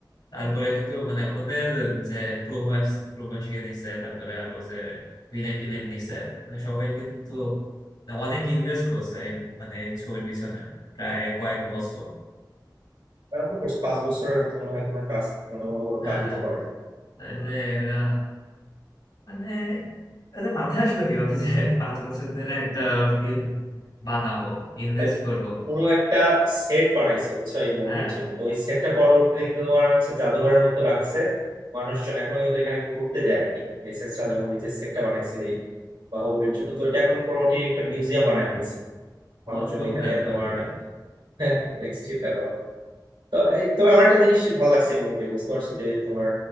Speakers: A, on the left (about 75°); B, on the right (about 85°).
A: তারপরে কিন্তু মানে ওদের যে প্রভাস প্রভাসকে নিছে তারপরে আরো যে ভিলেন টিলেন নিছে মানে সবাই কিন্তু অনেক ইনভেস্ট করছে এই মানে এই ছবির পিছনে প্রায় কয়েক বছর
B: তারা তো করছে পাঁচ বছরের মতো মনে হয় কোনো কাজ মানে অন্য কোনো
A: হ্যাঁ
B: কাজই
A: হ্যাঁ
B: তো করেন
A: তাহলে এরা মানে এদের মাথায় আসলো কিভাবে যে আমি পাঁচ বছর ধরে একটা ফিল্ম বানাবো ইনভেস্ট
B: তাই
A: করব
B: পুরো একটা সেট বানাইছে বুঝছো এই মুভির
A: হ্যাঁ
B: জন্য তো ওই সেটটা পরবর্তীতে কিন্তু তোমার হচ্ছে জাদুঘরের মতো লাগছে মানুষজন এখনো কিন্তু এখানে ঘুরতে যায় আর কি এস এস রাজামৌলি যে সেটটা বানাইছিল এই বাহুবলীর জন্য তো এটা এখন মোটামুটি একটা মিউজিয়াম বানায় ফেলছে মানুষজন
A: অদ্ভুত
B: এখানে
A: ব্যাপার
B: তোমার
A: পুরা
B: <laughs> নেক্সট চিন্তা করো তো এই তবে আমার একটা জিনিস ভালো লাগছে মুভি বুঝতে পারছো যে এই যে তোমার